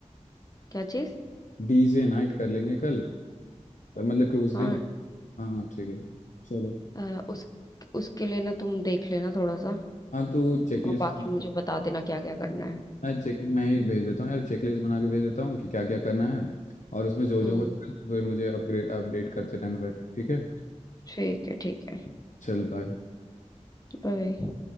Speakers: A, on the left (about 30°); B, on the left (about 85°).
A: क्या चीज़
B: डीजे नाइट कर लेंगे कल पर मतलब कि उस
A: हाँ
B: दिन हाँ हाँ ठीक है चलो
A: अ, उस उसके लिए ना तुम देख लेना थोड़ा सा
B: हाँ तो चेकलिस्ट
A: और बाकी मुझे बता देना क्या क्या करना है
B: मैं चेक मैं ही भेज देता हूँ यार चेकलिस्ट बना के भेज देता हूँ कि क्या क्या करना है और उसमें जो
A: हम्म
B: जो होगा तो फिर मुझे अपग्रेड अपडेट करते रहना बैठ ठीक है
A: ठीक है ठीक है
B: चल बाय
A: बाय